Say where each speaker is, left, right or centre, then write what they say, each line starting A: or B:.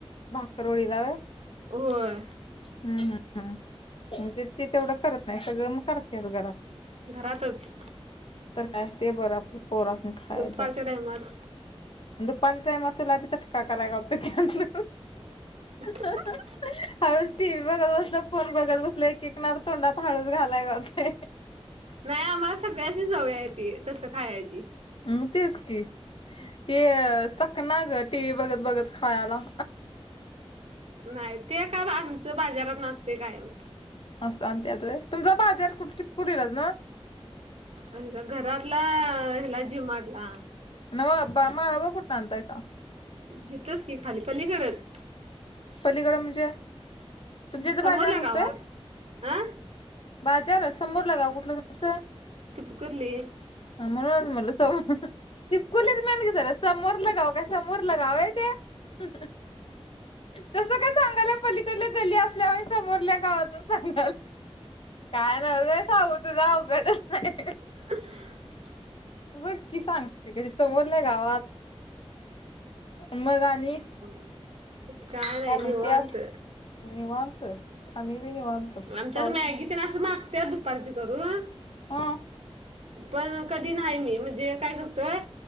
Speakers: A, on the left (about 55°); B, on the right (about 75°).
A: भाकरवडीला व्हय
B: होय.
A: हम्म हम् हम ते ते तेवढं करत नाही, सगळं मग <unintelligible>
B: घरातच
A: तर काय ते बरं आपलं, पोरास्नी खायाय
B: दुपारच्या
A: द्यायला.
B: टायमात
A: दुपारच्या टाईमात तिला बी चटका कराय घावतोय
B: <unintelligible>
A: <unintelligible> हळुच टीव्ही बघत बसल्याव, फोन बघत बसल्याव एक एक <inaudible> तोंडात हळूच घालाय जातेय.
B: नाय आम्हांला सगळ्यांशी सवय ती, तसं खायची
A: म तेच की. ते चखना गं टिव्ही बघत- बघत खायला.
B: नाय ते काल आमचं बाजारातन असते कायम.
A: असल आणण्यात व्हय. तुमचा बाजार कुठं चिकोडीलाच.
B: अ घरातला हिला जिमातला.
A: नव्ह ब माळव कुठण आणतायसा.
B: हितच की खाली पलीकडचं.
A: पलीकड म्हणजे? तुमच्या इथे
B: समोरल्या
A: बाजार भरतोय?
B: गावात. अं
A: बाजार समोर <inaudible> कुठलं तुमसं
B: टिप कुर्ली.
A: म्हणून म्हटलं <inaudible> टिप कुर्ली समोरलं गाव, काय समोरलं गाव आहे ते? तस काय सांगाल्या पलीकडल्या गल्ली असल्यामुळे, समोरल्या गावातून काय नव्हय सांगू तुला अवघडच हाय.
B: <unintelligible>
A: बग की सांगते कशी, समोरल्या गावात, मग आणि
B: <unintelligible> काय नाही
A: काय म्हणत्यास
B: निवांत.
A: निवांत आम्ही बी निवांतच
B: आमच्यात
A: पाऊस
B: मॅगी असं मागते, दुपारची करून.
A: हा.
B: पण कधी नाही मी. म्हणजे काय करतोय,